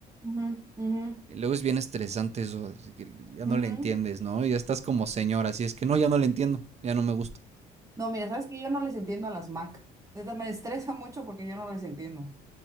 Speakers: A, on the right; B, on the right.
A: Ujú, ujú,
B: luego es bien estresante eso, que ya no
A: ujú.
B: le entiendes, ¿no? Ya estás como señora, así es que no, ya no le entiendo, ya no me gusta.
A: No, mira, sabes que yo no les entiendo a las Mac. Neta, me estresa mucho porque yo no les entiendo.